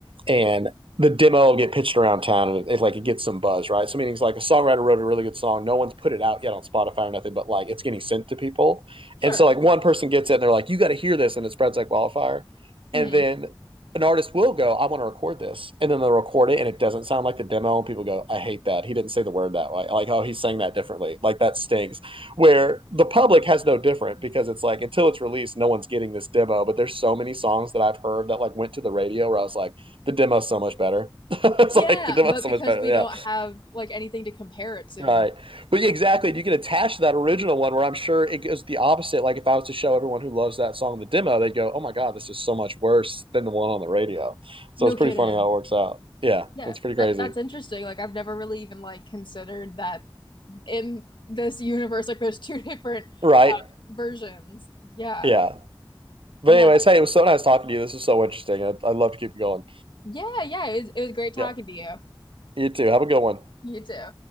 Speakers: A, on the right; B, on the left.
A: And the demo will get pitched around town and it, like it gets some buzz, right? So meaning it's like a songwriter wrote a really good song. No one's put it out yet on Spotify or nothing, but like it's getting sent to people.
B: Sure.
A: And so like one person gets it and they're like, you got to hear this. And it spreads like wildfire.
B: hmm
A: And then an artist will go, I want to record this. And then they'll record it and it doesn't sound like the demo. And people go, I hate that. He didn't say the word that way. Like, oh, he's saying that differently. Like, that stings. Where the public has no different because it's like, until it's released, no one's getting this demo. But there's so many songs that I've heard that like went to the radio where I was like, the demo's so much better. <laughs> it's
B: Yeah,
A: like, the demo's
B: but
A: so
B: because
A: much better.
B: we
A: Yeah.
B: don't have like anything to compare it to.
A: Right. But yeah, exactly. You can attach to that original one where I'm sure it goes the opposite. Like if I was to show everyone who loves that song the demo, they'd go, Oh my God, this is so much worse than the one on the radio. So
B: No
A: it's
B: kidding.
A: pretty funny how it works out. Yeah,
B: Yeah,
A: that's pretty
B: that
A: crazy.
B: that's interesting. Like I've never really even like considered that in this universe like there's two <laughs> different
A: Right.
B: uh, versions yeah
A: Yeah. But
B: yeah
A: anyways,
B: that,
A: hey, it was so nice talking to you. This was so interesting. I'd, I'd love to keep it going.
B: yeah yeah it was, it was great talking
A: Yeah.
B: to you
A: You too. Have a good one.
B: you too